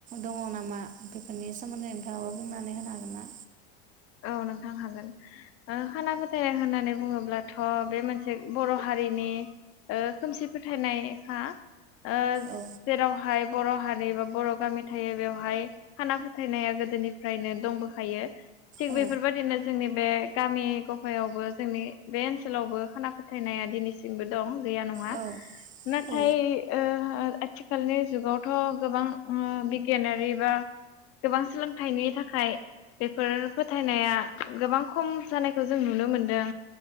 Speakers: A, on the right; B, on the left.
A: दङ नामा बेफोरनि सोमोन्दै नोंथाङाबो बुंनानै होनो हागोन ना?
B: औ नोंथां हागोन खाना फोथायनाय होननानै बुङोब्लाथ बे मोनसे बर' हारिनि ओ खोमसि फोथायनायखा ओ
A: औ
B: जेरावहाय बर हारि बा बर गामि थायो बेवहाय खाना फोथायनाया गोदोनिफ्रायनो दंबोखायो थिग
A: औ
B: बेफोरबायदिनो जोंनि बे गामि गफायावबो जोंनि बे ओनसोलावबो खाना फोथायनाया दिनैसिमबो दं गैया नङा
A: औ
B: नाथाय
A: औ
B: ओ आथि खालनि जुगावथ' गोबां ओ बिगियानारि बा गोबां सोलोंथाइनि थाखाय बेफोर फोथायनाया गोबां खम जानायखौ जों नुनो मोनदों